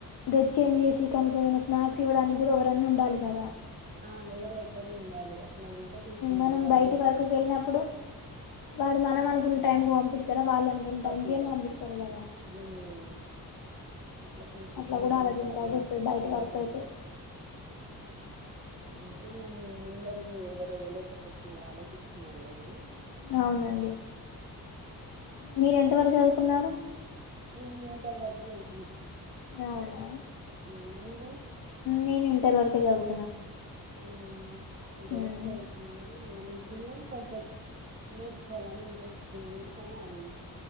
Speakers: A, on the left; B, on the right.
A: డెచ్ చేంజ్ చేసి కనీసం ఏమైనా స్నాక్స్ ఇవ్వడానికి కూడా ఎవరన్న ఉండాలి కదా.
B: ఆ ఎవరో ఒక్కరు ఉం డాలిగా ఇట్ల ఉంటే కొంచెం
A: మనం
B: ఏం కాదు
A: బయటి
B: బెనిఫిట్
A: వరకుకి
B: అవుత
A: వెళ్ళినప్పుడు వాడు మనం అనుకున్న టైం కు పంపిస్తారా వాళ్ళు అనుకున్న
B: పంపియ్యరు
A: టైం కే పంపిస్తారు కదా,
B: మ్మ్ అట్లా కొంచెం
A: అట్లా
B: కొన్ని
A: కూడా
B: కొన్ని
A: ఆలోచించాల్సి
B: ప్రాబ్లమ్స్
A: వస్తది బయటి
B: మ్మ్
A: వర్క్ అయితే
B: అందుకే ఇగ ముందడుగు ఎవరెయ్యలేకపో మీర్ ఆలోచిస్సునర్ళే కానీ
A: అవునండి, మీరు ఎంతవరకు చదువుకున్నారు.
B: నేను ఇంటర్ వరకు జదువుకున్న
A: నవునా
B: ఉ మీరు
A: నేను ఇంటర్ వరకె చదువ్
B: ఉ ఇంటర్
A: మ్మ్.
B: వరకు చదువుకున్న అన్నిస్ నే కొంచం నేర్చుకోవాలని ఇంట్రెస్ తుంది కానీ అది